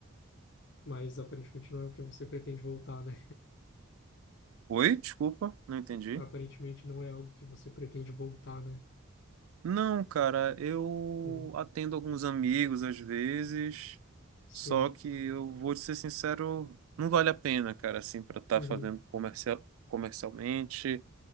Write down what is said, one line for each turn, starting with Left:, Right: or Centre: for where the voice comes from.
Left: Mas aparentemente não é o que você pretende voltar, né?
Right: Oi? Desculpa, não entendi.
Left: <laughs> Aparentemente não é algo que você pretende voltar, né?
Right: Não, cara, eu
Left: Uhum,
Right: atendo alguns amigos às vezes.
Left: sim.
Right: Só que eu vou te ser sincero, não vale a pena, cara, assim, para estar
Left: Uhum,
Right: fazendo comercial, comercialmente.